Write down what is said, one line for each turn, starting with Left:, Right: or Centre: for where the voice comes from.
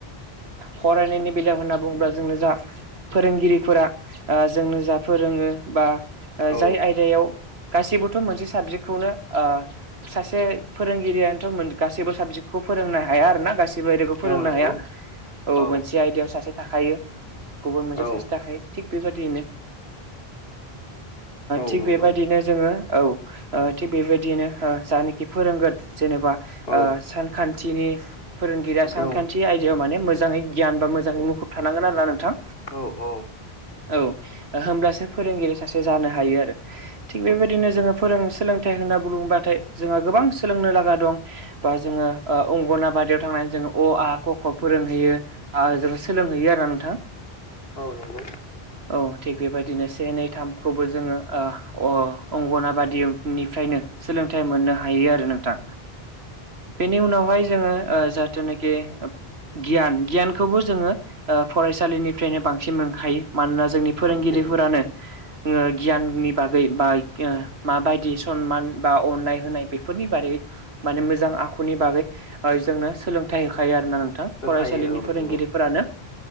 Right: फरायनायनि बेलायाव होनना बुङोब्ला जोंनो जा फोरोंगिरिफोरा जोंनो जा फोरोङो बा
Left: औ
Right: जाय आयदायाव गासैबोथ मोनसे साबजेक्टखौनो सासे फोरोंगिरियानोथ गासैबो साबजेक्ट खौ फोरोंनो हाया आरो ना गाससिबो फोरोंनो
Left: औ नंगौ
Right: हाया
Left: औ
Right: मोनसे आयदायाव सासे थाखायो गुब
Left: औ
Right: थाखाय थिग बेबायाददियनो
Left: औ
Right: थिग
Left: नंगौ
Right: बेबायदिनो जोङो औ थिग बेबायदियनो जानाखि फोरोंगोन जेनेबा
Left: औ
Right: सानखान्थिनि फोरोंगिरिया सानखान्थि
Left: औ
Right: आयदायाव माने मोजाङै गियान बा मोजाङै मुखुब थानांगोन आरो ना नोंथां
Left: औ
Right: औ होनोमब्लासो फोरोंगिरि सासे जानो हायो आरो थिग बेबायदिनो जोङो फोरों सोलोंथाइ होनना बुंङोबाथाय जोंहा गोबां सोलोंनो लागा दं बा जोङो अंगन बादियाव थांनानै जों अ आंहा क ख फोरोंहैयो ओजों सोलोंहैयो आरो नोंथां
Left: औ नंगौ
Right: औ थिग बेबायदिनो से नै थामखौबो जोङो अ अंगनाबादिनिफ्रायनो सोलोंथाइ मोननो हायो आरो नोंथां बेनि उनावहाय जोङो जाहाथुनाखि गियान गियानखौबो जोङो फरायसालिनिफ्रायनो बांसिन मोनखायो मानोना जोंनि फोरोंगिरिफोरानो
Left: मोनखायो
Right: गियाननि बागै बा माबायदि सनमान बा अननाय होनाय बेफोरनि बागै माने मोजां आखुनि बागै जोंनो सोलोंथाइ होखायो आर ना नोंथां
Left: होखायो
Right: फरायसालिनि
Left: औ
Right: फोरोंगिरिफोरानो
Left: नंगौ